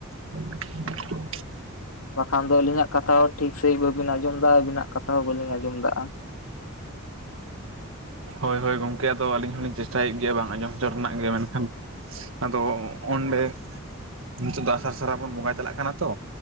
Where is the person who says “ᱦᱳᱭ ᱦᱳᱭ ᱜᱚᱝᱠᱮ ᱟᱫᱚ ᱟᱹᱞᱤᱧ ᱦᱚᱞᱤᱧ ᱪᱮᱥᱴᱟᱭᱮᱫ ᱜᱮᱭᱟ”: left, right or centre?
Right